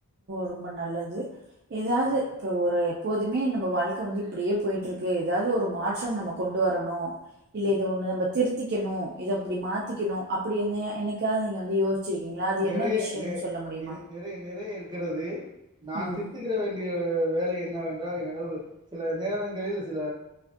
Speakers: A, on the right (about 50°); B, on the right (about 20°).
A: ரொம்ப நல்லது ஏதாது
B: ம்
A: இப்போ ஒரு எப்போதுமே நம்ம வாழ்க்கை வந்து இப்டியே பொய்ட்டுருக்கு ஏதாவ்து ஒரு மாற்றம் நம்ம கொண்டு வரணு இல்ல
B: ம்
A: இத ஒன்னு நம்ம திருத்திக்கணு இத அப்டி மாத்திக்கணு அப்டி என்னைக்காவ நீங்க வந்து சி வச்சிருக்கீங்ளா அது
B: நிறைய
A: என்ன விஷ்யோனு
B: நெ
A: சொல்ல முடியுமா
B: இது நிறைய நிறைய இருக்கிறது நான்
A: ம்.
B: திருத்துக்கிற வேண்டிய வேலை என்னவென்றால் என்னடவு சில நேரங்களில் சில